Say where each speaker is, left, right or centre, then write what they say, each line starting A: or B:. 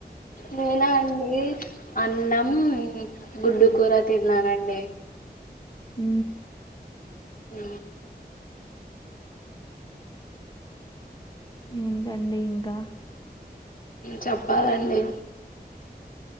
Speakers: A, on the left; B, on the left.
A: నేనా అండి అన్నం గుడ్డు కూర తిన్నానండి
B: ఉ
A: హ
B: ఏంటండి ఇంకా
A: చెప్పాలండి